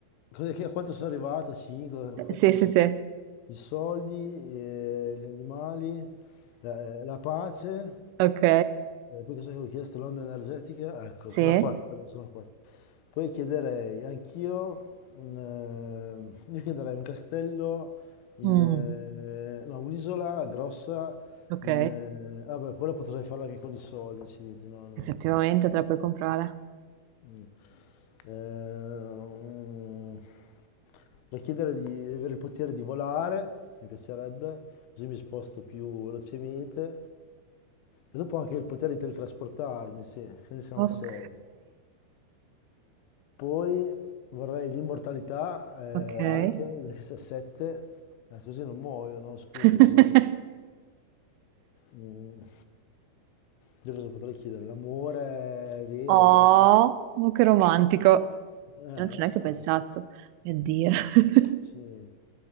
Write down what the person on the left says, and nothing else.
Cos'è che- a quanto sono arrivato? 5?
I soldi, eh, gli animali, la, eh, la pace,
eh, poi cosa avevo chiesto? L'onda energetica, ecco, sono
4, sono quattro. Poi chiederei anch'io, mm, eh, io chiederei un castello, in,
eh, no, un'isola grossa,
in, eh, vabbè, quella potrei farla anche con i soldi, accidenti, no, no,
no.
Mm. Ehm, potrei chiedere di avere il potere di volare, mi piacerebbe, così mi sposto più velocemente. E dopo anche il potere di teletrasportarmi, sì, quindi siamo
a 6. Poi vorrei l'immortalità eh,
anche, perché se a 7, così non muoio, no? Scusa,
cosa... Mm, io cosa potrei chiedere? L'amore è vero,
non lo so.
Eh,
non
so.
Sì.